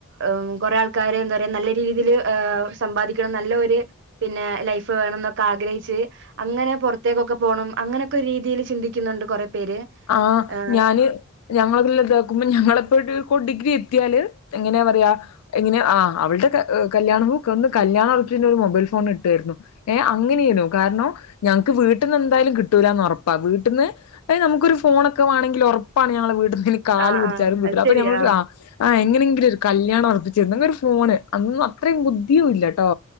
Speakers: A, on the right; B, on the left.
A: ഏം കൊറെ ആൾക്കാര് എന്താ പറയാ നല്ല രീതിയില് ഏഹ സമ്പാദിക്കണം നല്ല ഒര് പിന്നെ ലൈഫ് വേണംന്നൊക്കെ ആഗ്രഹി ച്ച് അങ്ങനെ പൊറത്തേക്കൊക്കെ പോണം അങ്ങനൊക്കെ രീതിയില് ചിന്തിക്ക്ന്നുണ്ട് കൊറേ പേര്
B: ആഹ
A: ഏഹ്
B: ഞാന് ഞങ്ങളെല്ലാം ഇതാക്കുമ്പ ഞങ്ങളെല്ലാം പ്പൊ ഡിഗ്രി എത്തിയാല് എങ്ങനാ പറയാ എങ്ങനെ ആഹ അവളുടെ കല്യാണവും ഹ ഒന്ന് കല്യാണം ഒർപ്പിച്ചയ്ഞ്ഞാ ഒരു മൊബൈൽ ഫോൺ കിട്ടായിരുന്നു ഏഹ് അങ്ങനെയ്ന്നു കാരണം ഞങ്ങക്ക് വീട്ടിന്ന് എന്തായാലും കിട്ടൂലാന്ന് ഒറപ്പാ വീട്ടിന്ന് അയ്ന് നമു ക്കൊരു ഫോണൊക്കെ വേണെങ്കിൽ ഒറപ്പാണ് ഞങ്ങളെ വീട്ട്ന്ന് ഇനി കാല്
A: ആഹ്
B: പിടിച്ചാലും
A: ആഹ്
B: കിട്ടൂല
A: അത്
B: അപ്പം
A: ശരിയാ
B: ഞമ്മളൊരു ആഹ ആഹ എങ്ങനെങ്കിലും ഒരു കല്യാണം ഒർപ്പിരുന്നെങ്കി ഒരു ഫോണ് അന്നൊന്നും അത്രയും ബുദ്ധിയും ഇല്ലട്ടോ